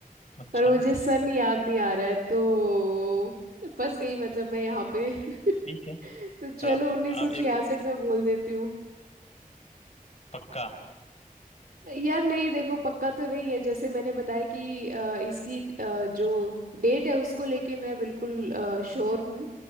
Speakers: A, on the left (about 50°); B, on the right (about 80°).
A: अच्छा
B: पर मुझे सन याद नहीं आ रहा है तो फंस गई मतलब मैं यहाँ पे <laughs>
A: ठीक है
B: तो चलो
A: पर आप
B: उन्नीस सौ
A: आप
B: छियासठ
A: एक
B: में बोल देती हूँ
A: पक्का
B: यार नहीं देखो पक्का तो नहीं है जैसे मैंने बताया कि अ, इसकी अ, जो डेट है उसको लेके मैं बिल्कुल श्योर हूँ